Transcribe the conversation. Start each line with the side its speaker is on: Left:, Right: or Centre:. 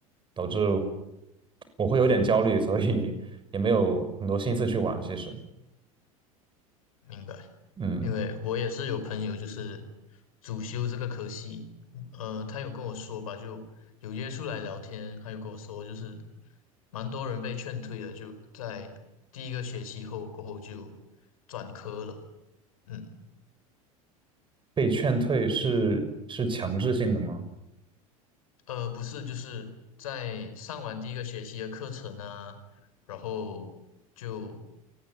Right: 导致我会有点焦虑，所以也没有很多心思去玩。其实，
Left: 明白，
Right: 嗯，
Left: 因为我也是有朋友就是主修这个科系，呃，他有跟我说吧，就有约出来聊天，他有跟我说就是蛮多人被劝退了，就在第一个学期后过后就转科了，嗯。
Right: 被劝退是是强制性的吗？
Left: 呃，不是，就是在上完第一个学期的课程呢，然后就